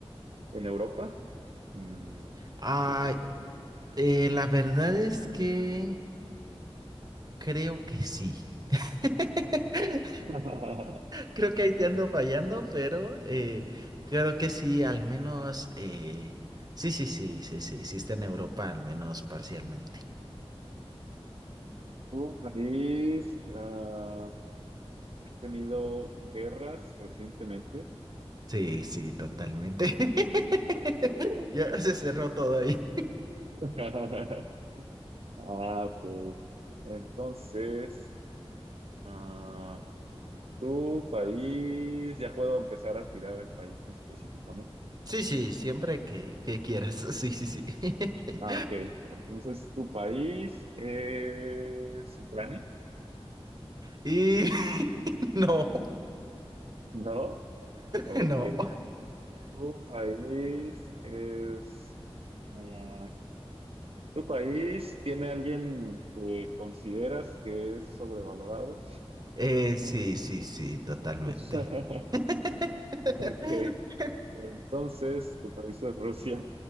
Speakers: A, on the right; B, on the right.
A: en Europa? Mm,
B: Ay,
A: sí, pues en Europa.
B: eh, la verdad es que Creo que sí. <laughs>
A: <laughs>
B: Creo que ahí te ando fallando, pero eh, creo que sí, al menos. eh, sí, sí, sí, sí, sí, sí está en Europa, al menos parcialmente.
A: ¿Tu país ah, ha tenido guerras recientemente?
B: Sí, sí, totalmente. <laughs> Ya se cerró todo ahí.
A: <laughs> Ah, ok. Entonces, ah, tu país, ya puedo empezar a tirar el país en específico, ¿no?
B: Sí, sí, siempre que, que quieras. <laughs> Sí, sí, sí. <laughs>
A: Ah, ok. Entonces, ¿tu país es Ucrania?
B: Y <laughs> no,
A: No. Ok.
B: <laughs> no.
A: ¿Tu país es... mm, ¿tu país tiene alguien que consideras que es sobrevalorado?
B: Eh, sí, sí, sí, totalmente.
A: <laughs>
B: <laughs>
A: Porque entonces tu país es Rusia.